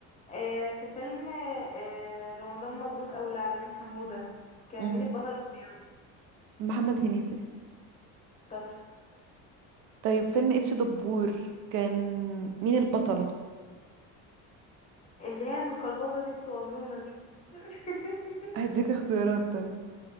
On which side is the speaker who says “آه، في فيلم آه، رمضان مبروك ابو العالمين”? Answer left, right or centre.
Left